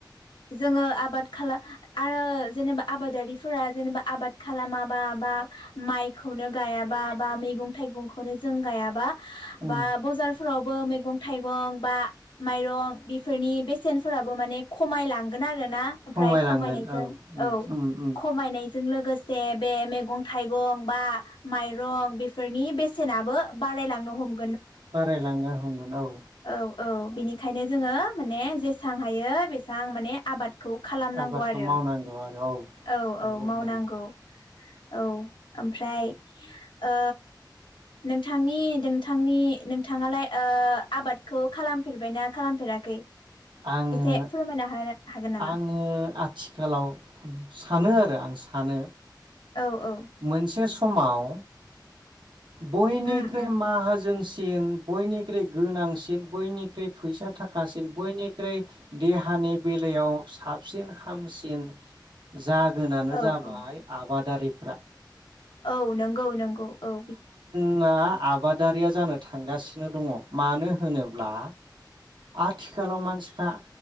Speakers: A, on the left; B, on the right.
A: जोङो आबाद खाला आरो जेनेबा आबादारिफोरा जेनेबा आबाद खालामाबा बा माइखौनो गायाबा बा मैगं थाइगंखौनो जों गायाबा
B: उम
A: बा बजारफोराव मै थाइं बा माइं बेफोरनि बेसेनफोराबो माने खमायलां गोन आरो ना ओमफाय
B: खमायलांगोन
A: खमायनायजों
B: उम
A: औ
B: उम उम
A: खमायनाय जों लोगोसे बे मैगं थाइगं बा माइरं बेफोरनि बेसेनाबो बारायलांनो हम
B: बारायलानो हमो। औ
A: औ औ बेनिखायनो जोङो माने जेसेबां हायो बेसेबां माने आबाद खौ खालामनांगौ
B: आबादखौ
A: आरो
B: मावनांगौ आरो
A: औ
B: नंगौ
A: औ मावनांगौ।
B: नंगौ
A: औ ओमफ्राय ओ नोंथांनि नोंथांनि नोंथाङालाय ओ आबादखौ खालामफेरबायना खालामफेराखै
B: आङो
A: एसे फोरमायना हानो हागोन नामा
B: आङो आथिखालाव सानो आरो आं सानो
A: औ औ
B: मोनसे स अमाव बयनिख्रुइ
A: उम उम
B: माहाजोनसि सिन बयनिख्रुइ गोनांसिन बयनिख्रुइ फैसा थाखासिन बयनिख्रुइ देहानि बेलायाव साबसिन हामसिन जागोनानो
A: औ
B: जाबाय
A: औ
B: आबादारि <unintelligible>
A: औ नंगौ नंगौ औ
B: जोंना आबादारिया जानो थांगासिनो दङ' मानो होनोब्ला आथिखालाव मानसिफ्रा